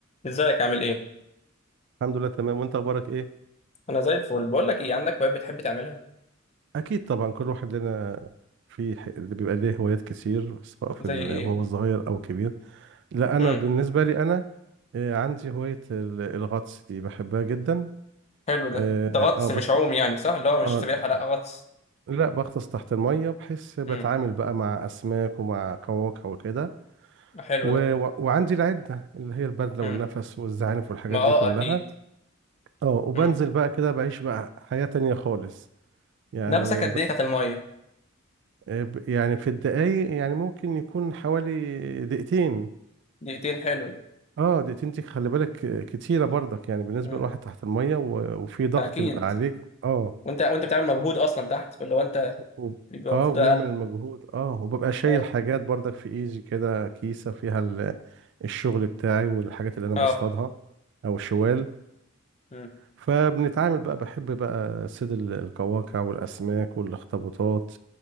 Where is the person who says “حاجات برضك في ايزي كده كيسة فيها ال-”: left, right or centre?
Right